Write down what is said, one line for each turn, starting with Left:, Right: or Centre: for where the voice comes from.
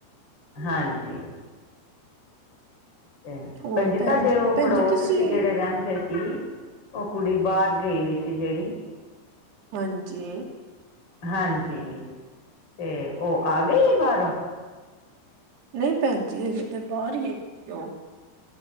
Left: ਹਾਂਜੀ। ਤੇ
Right: ਹੋਰ
Left: ਭੈਣ ਜੀ ਤੁਹਾਡੇ ਉਹ
Right: ਭੈਣ
Left: ਪੜੋਸ
Right: ਜੀ ਤੁਸੀਂ
Left: ਚ ਜਿਹੜੇ ਰਹਿੰਦੇ ਸੀ। ਉਹ ਕੁੜੀ ਬਾਹਰ ਗਈ ਹੋਈ ਸੀ ਜਿਹੜੀ।
Right: ਹਾਂਜੀ।
Left: ਹਾਂਜੀ ਤੇ ਉਹ ਆ ਗਈ ਆ ਬਾਹਰੋਂ।
Right: ਨਹੀਂ ਭੈਣਜੀ ਹਜੇ ਤੇ ਬਾਹਰ ਹੀ ਏ। ਕਿਉ?